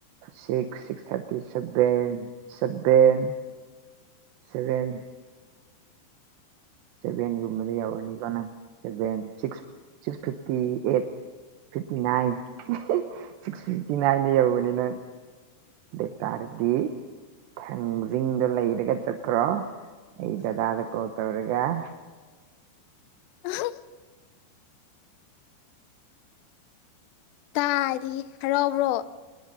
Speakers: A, on the right; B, on the left.
A: six six thirty seven seven seven ꯁꯦꯚꯦꯟꯒꯨꯝꯕꯗ ꯌꯧꯔꯅꯤꯀꯣ ꯅꯪ seven six six fifty eight fifty nine um ꯍꯤ ꯁꯤꯛꯁ ꯐꯤꯐꯇꯤ ꯅꯥꯏꯟꯗ ꯌꯧꯕꯅꯤ ꯅꯪ ꯑꯗꯨ ꯑꯣꯏ ꯇꯥꯔꯗꯤ ꯊꯥꯡꯖꯤꯡꯗꯣ ꯂꯩꯔꯒ ꯆꯠꯈ꯭ꯔꯣ ꯑꯩ ꯗꯗꯥꯗ ꯀꯣꯜ ꯇꯧꯔ ꯌꯥꯏ-
B: ꯑꯍ ꯀꯥꯏꯗꯒꯤ ꯍꯔꯥꯎꯕ꯭ꯔꯣ